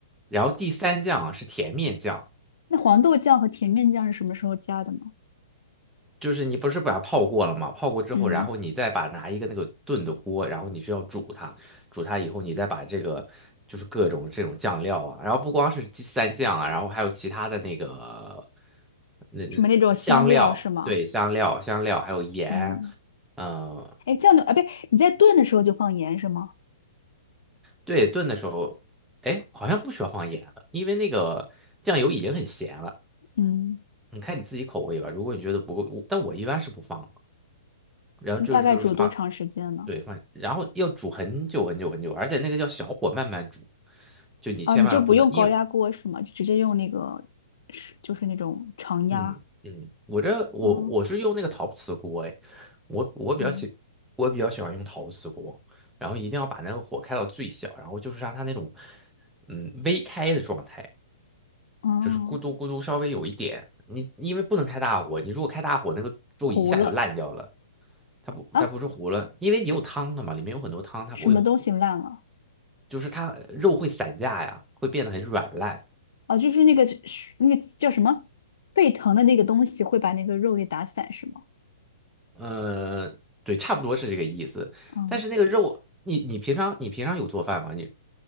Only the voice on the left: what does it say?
那黄豆酱和甜面酱是什么时候加的呢？
嗯，
什么那种香料是吗？
嗯，
哎，酱的啊，不对，你在炖的时候就放盐是吗？
嗯，
你大概煮多长时间呢？
啊，你就不用高压锅是吗？
就直接用那个是就是那种常压。
嗯
嗯
哦，
糊了
啊，
什么东西烂了？
啊，就是那个是那个叫什么沸腾的那个东西会把那个肉给打散是吗？
嗯，